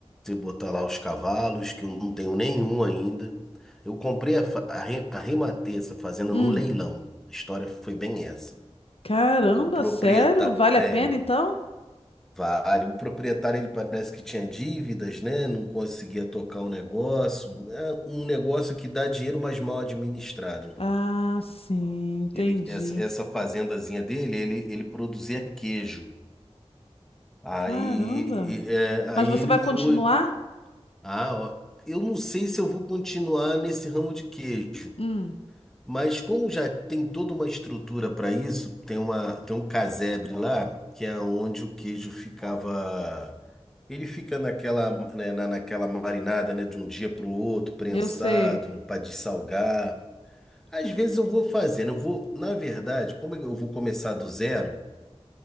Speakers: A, in the centre; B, on the left (about 60°).
A: e botar lá os cavalos, que eu não tenho nenhum ainda. Eu comprei a, fa- a, re- a rematei essa fazenda
B: Hum,
A: num leilão. A história foi bem essa.
B: caramba,
A: O proprietário,
B: sério? Vale
A: é,
B: a pena
A: o
B: então?
A: vale, o proprietário ele parece que tinha dívidas, né? Não conseguia tocar o negócio. É um negócio que dá dinheiro, mas mal administrado.
B: Ah, sim, entendi.
A: Ele, essa, essa fazendazinha dele, ele, ele produzia queijo. Aí,
B: Caramba!
A: e- é, aí
B: Mas você
A: ele
B: vai continuar?
A: foi, Ah, ó, eu não sei se eu vou continuar nesse ramo de queijo,
B: Hum,
A: mas como já tem toda uma estrutura para isso, tem uma, tem um casebre lá, que é onde o queijo ficava. Ele fica naquela, né, na, naquela marinada, né, de um dia para o outro, prensado,
B: eu sei.
A: para dessalgar. Às vezes eu vou fazendo, eu vou, na verdade, como eu vou começar do zero,